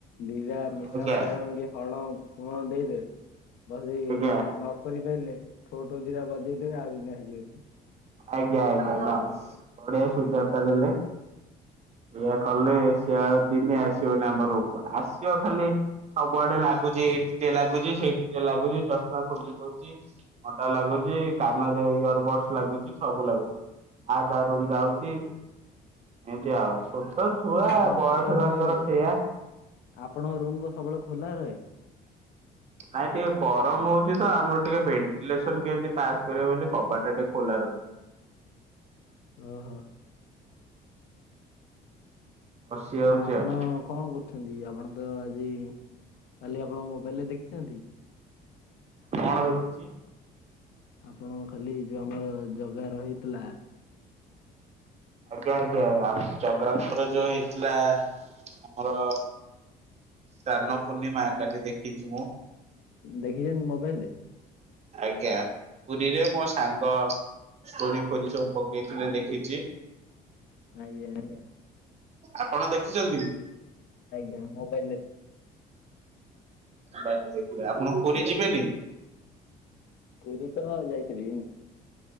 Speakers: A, on the left; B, on the right.
A: ଦିରା ମିଶାଣ
B: ଆଜ୍ଞା
A: ପେଡ଼ାଣ କିଏ ହରଣ କଣ ଦେଇଦେ ବସିକି
B: ଆଜ୍ଞା
A: ନକରି ପା ଲେ ଠୋଠ ଦିଟା ବଜେଇଦବେ ଆଉ ଦିନେ ଆସିଯିବନି।
B: ଆଜ୍ଞା ଆଜ୍ଞା ବାସ୍ ବଢ଼ିଆ ସଯୋଗ୍ ଟା ଦେଲେ। ଏଇଆ କଲେ
A: ଆଜ୍ଞା
B: ସେ ଆଉ ଦିନେ ଆସିବନି ଆମ ରୁମ୍ କୁ ଆସିବ ଖାଲି ସବୁଆଡେ ଲାଗୁଚି ଏଇଠି ଟେ ଲାଗୁଚି ସେଇଠି ଟେ ଲାଗୁଚି ଚଷମା ଖୋଲି ଦୋଉଚି ଅଣ୍ଡା ଲାଗୁଚି। କାନରେ ଇୟର ବଡସ୍ ଲାଗୁଚି ସବୁ ଲାଗୁଚି। ଆଉ କାହା ରୁମ୍ ଯାଉଚି। ଏମିତି ଆଉ ଛୋଟ ଛୁଆ
A: ଆପଣ
B: ବୟସ
A: ଆପଣଙ୍କ
B: ତାଙ୍କର ସେୟା।
A: ଆପଣଙ୍କ ରୁମ୍ କଣ ସବୁବେଳେ ଖୋଲା ରହେ?
B: ନାଇଁ ଟିକେ ଗରମ ହୋଉଚି ତ ଆମର ଟିକେ ଭେଣ୍ଟିଲେସନ କେମିତି ପାସ୍ କରିବ ବୋଲି କବାଟ ଟା ଟିକେ ଖୋଲା ର
A: ଓ ହୋ।
B: ପଶି ଯାଉଛି
A: ଆପଣ
B: ଆଉ
A: କଣ କରୁଚନ୍ତି ଆପଣ ତ ଆଜି ଖାଲି ଆପଣ ମୋବାଇଲରେ ଦେଖିଚନ୍ତି?
B: କଣ ଦେଖୁଚି?
A: ଆପଣ ଖାଲି ଯୋଉ ଆମର ଜଗା ରହିଥିଲା?
B: ଆଜ୍ଞା ଆଜ୍ଞା ଜଗାଙ୍କର ଯୋଉ ହେଇଥିଲା ଆମର ସ୍ନାନପୂର୍ଣ୍ଣିମା କାଲି ଦେଖିଛି ମୁଁ।
A: ଦେଖିଛନ୍ତି ମୋବାଇଲ ରେ?
B: ଆଜ୍ଞା ପୁରୀରେ ମୋ ସାଙ୍ଗ ଷ୍ଟୋରି ଫୋରି ସବୁ ପକେଇଥିଲେ ଦେଖିଚି।
A: ଆଜ୍ଞା ଆଜ୍ଞା।
B: ଆପଣ ଦେଖିଚନ୍ତି?
A: ଆଜ୍ଞା ମୋବାଇଲରେ
B: ବାଲି ଦେଖିଲେ ଆପଣ ପୁରୀ ଯିବେନି?
A: ପୁରୀ ତ ଯାଇଥିଲି।